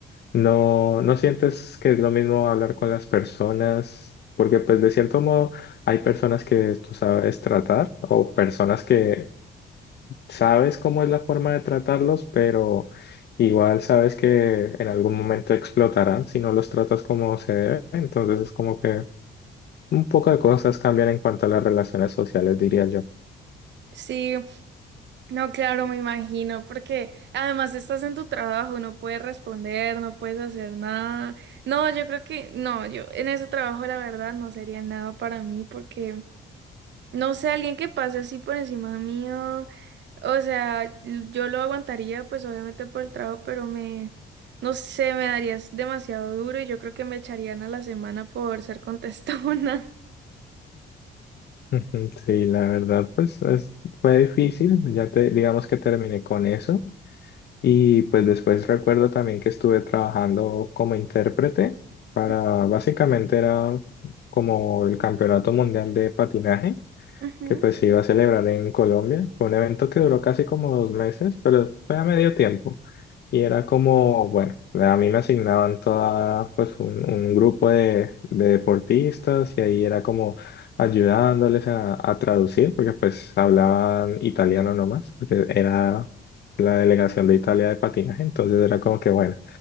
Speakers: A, on the left; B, on the right.
A: no, no sientes que es lo mismo hablar con las personas, porque pues de cierto modo hay personas que tú sabes tratar o personas que sabes cómo es la forma de tratarlos, pero igual sabes que en algún momento explotarán si no los tratas como se debe. Entonces es como que un poco de cosas cambian en cuanto a las relaciones sociales, diría yo.
B: Sí, no, claro, me imagino, porque además estás en tu trabajo, no puedes responder, no puedes hacer nada. No, yo creo que no, yo en ese trabajo la verdad no sería nada para mí porque... No sé, alguien que pase así por encima mío, o sea, l- yo lo aguantaría, pues obviamente por el trabajo, pero me, no sé, me darías demasiado duro y yo creo que me echarían a la semana por ser contestona.
A: <laughs> Ujú, Sí, la verdad, pues es- fue difícil. Ya te, digamos que terminé con eso. Y pues después recuerdo también que estuve trabajando como intérprete para,
B: <laughs>
A: básicamente era como el Campeonato Mundial de Patinaje
B: Ujú.
A: que pues se iba a celebrar en Colombia. Fue un evento que duró casi como dos meses, pero fue a medio tiempo. Y era como, bueno, a mí me asignaban toda, pues un, un grupo de, de deportistas y ahí era como ayudándoles a, a traducir, porque pues hablaban italiano nomás, porque era la delegación de Italia de patinaje, entonces era como que, bueno,